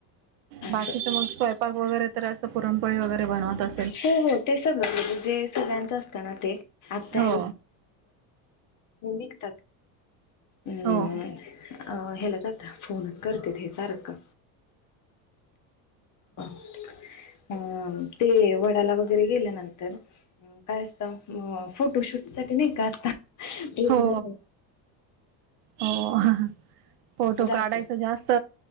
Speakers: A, on the left; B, on the right.
A: असं
B: बाकीच मग स्वयंपाक वगैरे तर असं पुरणपळी वगरे बनवतात
A: हो हो ते सगळं म्हणजे जे सगळ्यांचं असतं ना ते आत्ता
B: हो
A: विकतात हम्म
B: हो
A: अ ह्याला जात फोनच करते हे सारखं ह अ ते वडाला वगैरे गेल्यानंतर काय असत फोटोशूट सग नाही काता झा
B: हो हो फोटो
A: जातो
B: काढायचा जास्त